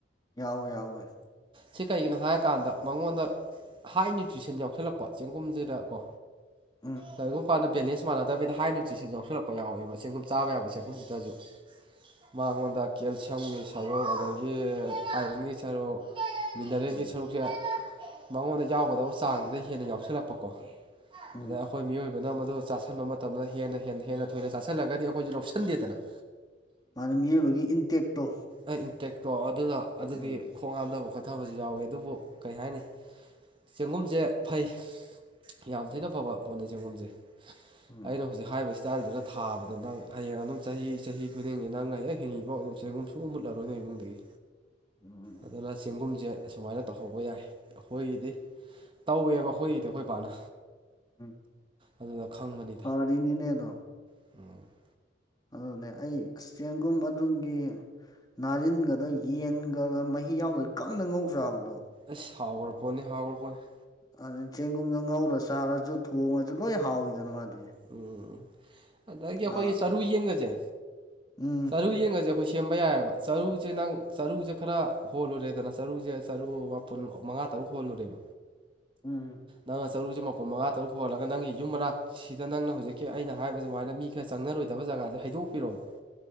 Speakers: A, on the left (about 20°); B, on the right (about 30°).
A: ꯌꯥꯎꯋꯦ ꯌꯥꯎꯋꯦ
B: ꯁꯤ ꯀꯩꯒꯤꯅꯣ ꯍꯥꯏꯀꯥꯟꯗ ꯃꯉꯣꯟꯗ ꯍꯥꯏ ꯅ꯭ꯌꯨꯇ꯭ꯔꯤꯁꯟ ꯌꯥꯎꯁꯜꯂꯛꯄ ꯆꯦꯡꯒꯨꯝꯁꯤꯗꯀꯣ
A: ꯎꯝ
B: ꯀꯩꯒꯨꯝ ꯄꯥꯗ ꯕꯦꯂꯦꯟꯁ ꯃꯥꯅꯗꯕꯤꯗ ꯍꯥꯏ ꯅ꯭ꯌꯨꯇ꯭ꯔꯤꯁꯟ ꯌꯥꯎꯁꯤꯜꯂꯛꯄ ꯌꯥꯎꯋꯦꯕ ꯆꯦꯡꯒꯨꯝ ꯆꯥꯕ ꯌꯥꯕ ꯆꯦꯡꯒꯨꯝꯁꯤꯗꯁꯨ꯫ ꯃꯉꯣꯟꯗ ꯀꯦꯜꯁꯤꯌꯝꯒꯤ ꯁꯔꯨꯛ ꯑꯗꯒꯤ ꯑꯥꯏꯔꯟꯒꯤ ꯁꯔꯨꯛ ꯃꯤꯅꯔꯦꯜꯒꯤ
A: ꯎꯝ
B: ꯁꯔꯨꯛꯁꯦ ꯃꯉꯣꯟꯗ ꯌꯥꯎꯒꯗꯕ ꯆꯥꯡꯁꯤꯗ ꯍꯦꯟꯅ ꯌꯥꯎꯁꯜꯂꯛꯄꯀꯣ
A: <inaudible>
B: ꯑꯗ ꯑꯩꯈꯣꯏ ꯃꯤꯑꯣꯏꯕꯅ ꯃꯗꯨ ꯆꯥꯥꯁꯟꯕ ꯃꯇꯝꯗ ꯍꯦꯟꯅ ꯍꯦꯟꯅ ꯍꯦꯟꯅ ꯊꯣꯏꯅ ꯆꯥꯁꯜꯂꯒꯗꯤ ꯑꯈꯣꯏꯁꯨ ꯂꯧꯁꯟꯗꯦꯗꯅ꯫
A: ꯃꯥꯅ ꯃꯤꯑꯣꯏꯕꯒꯤ ꯏꯟꯇꯦꯛꯇꯣ꯫
B: ꯑꯩ ꯏꯟꯇꯦꯛꯇꯣ ꯑꯗꯨꯅ ꯑꯗꯨꯒꯤ
A: ꯎꯝ
B: ꯈꯣꯡ ꯍꯥꯝꯊꯕ ꯈꯣꯊꯕꯁꯨ ꯌꯥꯎꯏ ꯑꯗꯨꯕꯨ ꯀꯩ ꯍꯥꯏꯅꯤ ꯆꯦꯡꯒꯨꯝꯁꯦ ꯐꯩ ꯌꯥꯝ ꯊꯤꯅ ꯐꯕ ꯄꯣꯠꯅꯤ ꯆꯦꯡꯒꯨꯝꯁꯦ
A: ꯎꯝ
B: ꯑꯩꯅ ꯍꯨꯖꯤꯛ ꯍꯥꯏꯕ ꯁꯇꯥꯏꯜꯗꯨꯗ ꯊꯥꯕꯗ ꯅꯪ ꯍꯌꯦꯡ ꯑꯗꯨꯝ ꯆꯍꯤ ꯆꯍꯤ ꯈꯨꯗꯤꯡꯒꯤ ꯅꯪꯅ ꯍꯦꯛ ꯍꯤꯡꯉꯤꯐꯥꯎ ꯑꯗꯨꯝ ꯆꯦꯡꯒꯨꯝ ꯃꯨꯠꯂꯔꯣꯏꯗꯅꯦ
A: <inaudible>
B: ꯑꯗꯨꯅ ꯆꯦꯡꯒꯨꯝꯁꯦ ꯑꯁꯨꯃꯥꯏꯅ ꯇꯧꯍꯧꯕ ꯌꯥꯏ ꯑꯈꯣꯏꯒꯤꯗꯤ ꯇꯧꯋꯦꯕ ꯑꯈꯣꯏꯒꯤꯗꯤ ꯈꯣꯏ ꯕꯥꯅ꯫
A: <inaudible>
B: ꯑꯗꯨꯗꯥ ꯈꯪꯕꯅꯤ
A: ꯐꯥꯔꯤꯅꯤꯅꯦ ꯑꯗꯣ
B: <unintelligible>
A: ꯑꯗꯨꯅꯦ ꯑꯩ ꯑꯁ ꯆꯦꯡꯒꯨꯝ ꯑꯗꯨꯒꯤ ꯅꯥꯔꯤꯟꯒꯗꯣ ꯌꯦꯟꯒꯥꯒ ꯃꯍꯤ ꯌꯥꯎꯗꯥꯕꯤ ꯀꯪꯅ ꯉꯧ ꯆꯥꯕꯗꯣ
B: ꯑꯩꯁ ꯍꯥꯎꯒ꯭ꯔꯥꯄꯣꯠꯅꯤ ꯍꯥꯎꯒ꯭ꯔꯥꯄꯣꯠꯅꯤ
A: ꯑꯗꯨ ꯆꯦꯡꯒꯨꯝꯗꯣ ꯉꯧꯔ ꯆꯥꯔꯁꯨ ꯊꯣꯡꯉꯖꯨ ꯂꯣꯏ ꯍꯥꯎꯏꯤꯗꯥꯅ ꯃꯥꯗꯤ
B: ꯎꯝ ꯑꯗꯥꯒꯤ ꯑꯩꯈꯣꯏꯒꯤ
A: ꯑꯥ
B: ꯆꯥꯔꯨ ꯌꯦꯟꯒꯥꯖꯦ
A: ꯎꯝ
B: ꯆꯥꯔꯨ ꯌꯦꯟꯒꯥꯖꯦ ꯑꯩꯈꯣꯏ ꯁꯦꯝꯕ ꯌꯥꯏꯕ ꯆꯥꯔꯨꯖꯦ ꯅꯪ ꯆꯥꯔꯨꯖꯦ ꯈꯔ ꯍꯣꯜꯂꯨꯔꯦꯗꯥꯅ ꯆꯥꯔꯨꯖꯦ ꯆꯥꯔꯨ ꯃꯥꯄꯨꯟ ꯃꯉꯥ ꯇꯔꯨꯛ ꯍꯣꯜꯂꯨꯔꯦꯕ
A: <inaudible> ꯎꯝ
B: ꯅꯪꯅ ꯆꯥꯔꯨꯛꯖꯤ ꯃꯥꯄꯨꯜ ꯃꯉꯥ ꯇꯔꯨꯛ ꯍꯣꯜꯂꯒꯥ ꯅꯪꯒꯤ ꯌꯨꯝ ꯃꯅꯥꯛ ꯁꯤꯗꯥ ꯅꯪꯅ ꯍꯧꯖꯤꯛꯀꯤ ꯑꯩꯅ ꯍꯥꯏꯕ ꯁꯨꯃꯥꯏꯅ ꯃꯤ ꯈꯔ ꯆꯪꯅꯔꯣꯏꯗꯥꯕ ꯖꯒꯥꯁꯦ ꯍꯩꯗꯣꯛꯄꯤꯔꯣꯕ